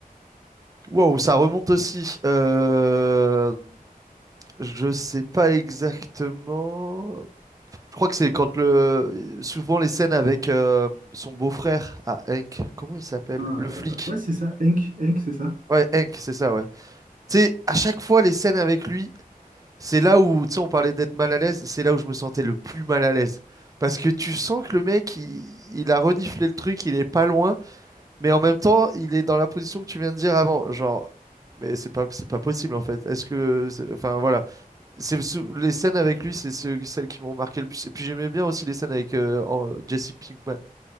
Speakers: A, on the right; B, on the right.
A: Wow, ça remonte aussi. Euh... Je sais pas exactement. Je crois que c'est quand le. Souvent les scènes avec euh, son beau-frère à Hank. Comment il s'appelle?
B: Ah
A: Le
B: là
A: flic.
B: là. Ouais, c'est ça, Hank, Hank, c'est ça.
A: Ouais, Hank, c'est ça, ouais. Tu sais, à chaque fois les scènes avec lui. C'est là où, tu sais, on parlait d'être mal à l'aise, c'est là où je me sentais le plus mal à l'aise. Parce que tu sens que le mec, il, il a reniflé le truc, il est pas loin, mais en même temps, il est dans la position que tu viens de dire avant. Genre, mais c'est pas, c'est pas possible en fait. Est-ce que, c'est- enfin voilà, c'est sou- les scènes avec lui, c'est ce- celles qui m'ont marqué le plus. Et puis j'aimais bien aussi les scènes avec euh, en- Jesse Pinkman.